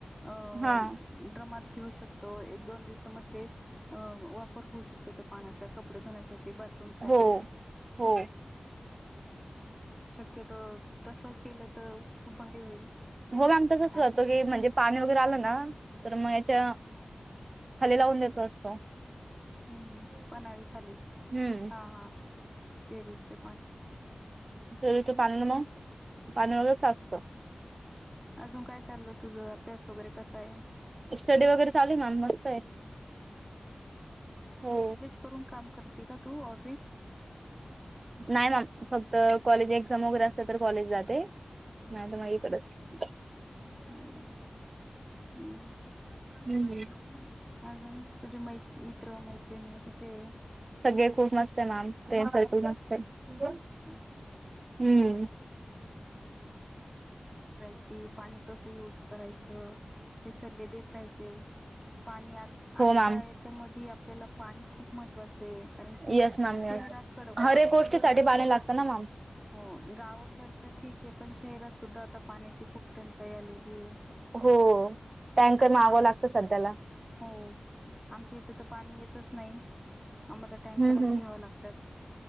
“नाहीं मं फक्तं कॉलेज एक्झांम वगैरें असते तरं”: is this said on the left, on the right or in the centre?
Right